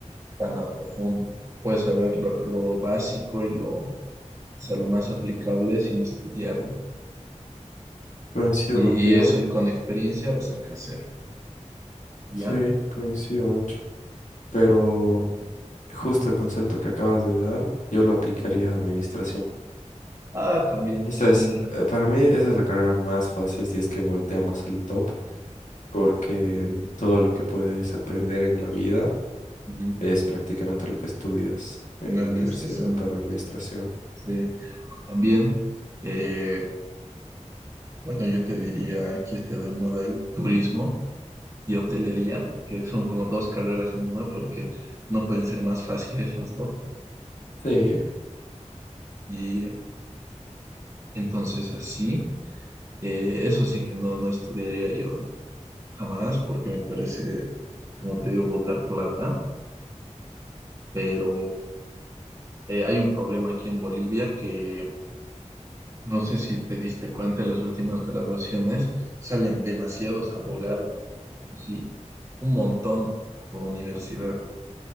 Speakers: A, on the right; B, on the left.
A: tan a profundo. Puedes saber lo, lo básico y lo, o sea, lo más aplicable sin estudiarla.
B: Coincido
A: Y,
B: contigo,
A: y eso y con experiencia vas a crecer, ¿ya?
B: sí, coincido mucho, pero Justo el concepto que acabas de dar, yo lo aplicaría a administración.
A: Ah, también,
B: Esa
A: sí.
B: es, eh, para mí, esa es la carrera más fácil si es que volteamos el top, porque todo lo que puedes aprender en la vida
A: ujú,
B: es prácticamente lo que estudias en
A: En administración,
B: la universidad para administración.
A: sí. O también, eh, bueno, yo te diría, aquí está de moda el turismo y hotelería, que son como dos carreras en una porque no pueden ser más fáciles las dos.
B: Sí,
A: Y entonces así, eh, eso sí que no, no estudiaría yo jamás porque me parece, como te digo, botar plata, pero eh, hay un problema aquí en Bolivia que no sé si te diste cuenta en las últimas graduaciones, salen demasiados abogados, así, un montón por universidad,